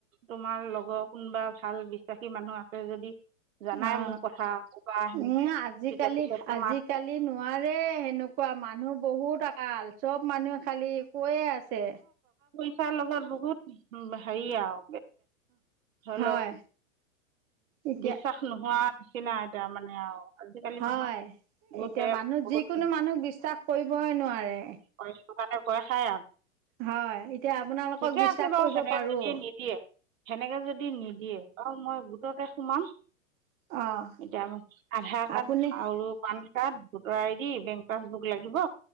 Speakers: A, on the right; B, on the right.
A: তোমাৰ লগৰ কোনোবা ভাল বিশ্বাসী মানুহ আছে যদি। জানাই
B: অ
A: মোৰ কথা ক'বা সেনেকে
B: উম আজিকালি
A: তেতিয়া পিছত তোমাক
B: আজিকালি নোৱাৰে সেনেকুৱা মানুহ বহুত আঁ চব মানুহে খালি কৈয়ে আছে।
A: সচাৰ লগত বহুত উ হেৰি আৰু হলও
B: হয় এতিয়া
A: বিশ্বাস নোহোৱা নিচিনা এতিয়া মানে আৰু আজিকালি
B: হয়
A: মানুহ বহুতে
B: এতিয়া মানুহ
A: বহুত
B: যিকোনো মানুহক বিশ্বাস কৰিবই নোৱাৰে
A: ব কাৰণে ভয় খায় আৰু
B: হয় এতিয়া আপোনালোকক
A: ঠিকে
B: বিশ্বাস
A: আছে বাৰু
B: কৰিব
A: সেনেকে
B: পাৰোঁ
A: যদি নিদিয়ে সেনেকে যদি নিদিয়ে বাৰু মই লগকে সোমাম
B: অঁ
A: এতিয়া আধাৰ
B: আপুনি
A: কাৰ্ড আৰু পান কাৰড ভোটৰ আইড বেংক পছবুক লাগিব